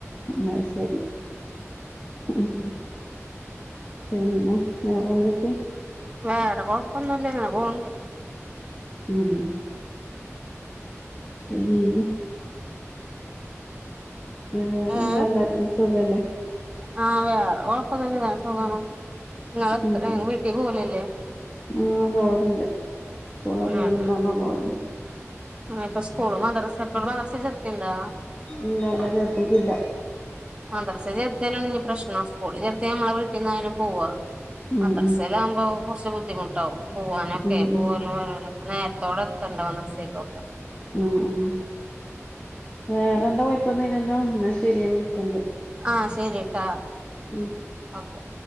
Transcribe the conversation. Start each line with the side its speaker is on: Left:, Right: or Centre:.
Left: അഹ് സരി ഉം പിന്ന വേറെന്തൊക്കെ.
Right: വേറെ കൊഴപ്പൊന്നുംല്ല ങ്ങനെ പോണ് ണ്ട്.
Left: ഉം. പിന്നെ. വേറെന്താ
Right: ഏഹ്
Left: എല്ലാര്ക്കും സുഖല്ലേ.
Right: ആഹ് വേറെ കൊഴപ്പം ന്ന്ല്ല ഞൻ സുഗാണ് ങ്ങെത്ര
Left: ഉം
Right: വീട്ടീ പോലല്ലേ.
Left: ആഹ് പോല്ണ്ട് സ്കൂളൊക്കെ
Right: ആഹ്
Left: ഓയ്‌വ്ണ്ടാമ്പ പോൽണ്ട്.
Right: ആഹ് പ്പ സ്കൂള് മദ്രസക മദ്രസെ ചർത്തിണ്ടാ
Left: ഇല്ല ഇല്ല ചേർത്തിട്ടില്ല
Right: മദ്രസ ചെർത്ത്യാലുഞ്ഞ് പ്രശ്നാ സ്കൂളി ചെർത്ത്യ മ്മള വീട്ടീന്നയാലും പോവ.
Left: ഉം
Right: മദ്രസ്സലാവുമ്പോ കൊർച്ച് ബുദ്ധിമുട്ടാവും. പോവാനൊക്കെ
Left: ഉം ഉം
Right: പോവലും
Left: ഉം
Right: വരാലോക്ക് നേര്ത്തോടെ എത്തണ്ടെ മദ്രസ്സെക്കൊക്കെ.
Left: ആഹ് ആഹ് വേറെന്താ കൊയ്പ്പൊന്നു ഇല്ലല്ലോ ന്നാ ശരി ഞാ വിളിക്കണ്ട്.
Right: ആഹ് ശരിട്ടാ.
Left: ഉം.
Right: ഓക്കെ.